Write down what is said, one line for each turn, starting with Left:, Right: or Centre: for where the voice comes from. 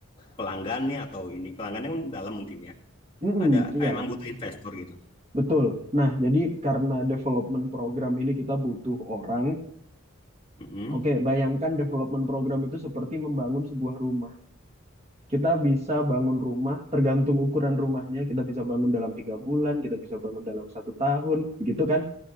Left: pelanggannya atau ini. Pelanggannya kan dalam mungkin ya.
Right: mm
Left: Ada
Right: iya,
Left: emang butuh investor gitu.
Right: betul. Nah, jadi karena development program ini kita butuh orang.
Left: Mm-mm.
Right: Oke, bayangkan development program itu seperti membangun sebuah rumah. Kita bisa bangun rumah tergantung ukuran rumahnya. Kita bisa bangun dalam tiga bulan, kita bisa bangun dalam satu tahun, begitu kan?